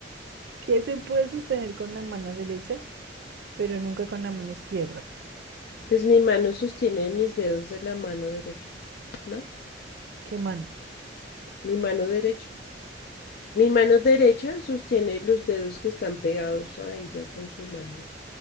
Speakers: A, on the right; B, on the left.
A: que se puede sostener con la mano derecha, pero nunca con la mano izquierda.
B: Pues mi mano sostiene mis dedos de la mano derecha, ¿no?
A: ¿Qué mano?
B: Mi mano derecha. Mi mano derecha sostiene los dedos que están pegados a ella con su mano